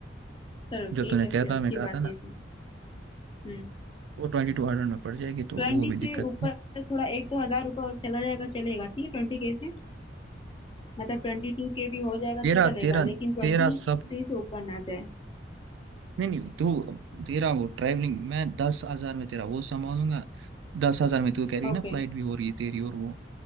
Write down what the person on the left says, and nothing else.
चलो ठीक
है फिर
अच्छी
बात
है तो हम्म
ट्वेंटी
से
ऊपर
थोड़ा एक दो हजार रुपये और चला जाएगा चलेगा ठीक है ट्वेंटी के से मतलब ट्वेंटी टू के भी हो जाएगा
तो चलेगा
लेकिन ट्वेंटी
थ्री
से ऊपर ना जाए
ओके